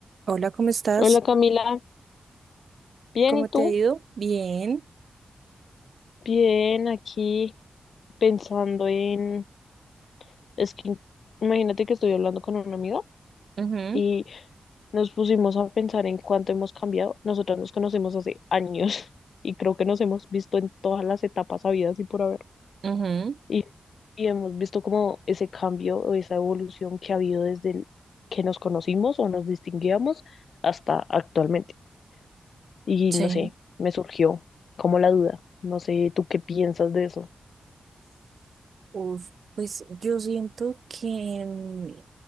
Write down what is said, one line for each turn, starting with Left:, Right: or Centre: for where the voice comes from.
Right: Hola, ¿cómo estás?
Left: Hola Camila, bien,
Right: ¿Cómo
Left: ¿y tú?
Right: te ha ido? Bien.
Left: Bien, aquí pensando en... Es que imagínate que estoy hablando con un amigo
Right: Ujú,
Left: y nos pusimos a pensar en cuánto hemos cambiado. Nosotras nos conocemos hace años <laughs> y creo que nos hemos visto en todas las etapas habidas y por haber.
Right: ujú,
Left: Y, y hemos visto como ese cambio o esa evolución que ha habido desde el que nos conocimos o nos distinguíamos hasta actualmente. Y
Right: sí.
Left: no sé, me surgió como la duda. No sé, ¿tú qué piensas de eso?
Right: Uf, pues yo siento que mm,